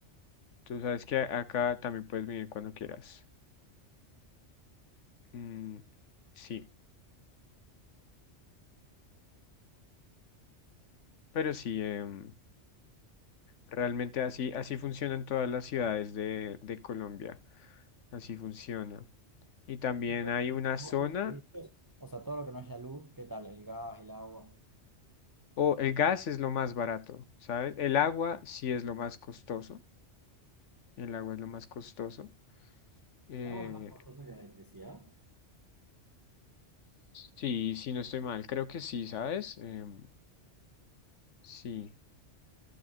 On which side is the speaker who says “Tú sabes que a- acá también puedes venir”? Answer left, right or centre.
Left